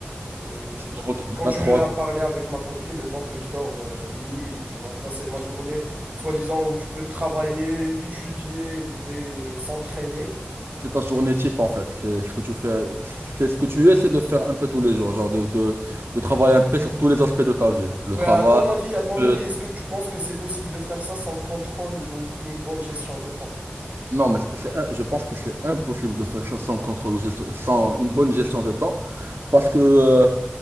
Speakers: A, on the right; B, on the right.
A: euh,
B: Tu
A: je
B: dois
A: je continuerai
B: Vingt-trois.
A: à
B: heures.
A: parler avec ma copine le temps que je dors vers euh, minuit, tu vois. Ça, c'est ma journée, soi-disant, où je peux travailler, étudier et s'entraîner.
B: C'est ta journée type en fait. C'est ce que tu fais. C'est ce que tu essaies de faire un peu tous les jours. Genre de, de, de travailler un peu sur tous les aspects de ta vie. Le
A: Ouais,
B: travail.
A: à ton avis, à ton
B: le-
A: avis, est-ce que tu penses que c'est possible de faire ça sans contrôle ou une bonne gestion de temps?
B: Non, mais c'est, un- je pense que c'est impossible de faire ça sans contrôle ou gestion- sans une bonne gestion de temps. Parce que euh,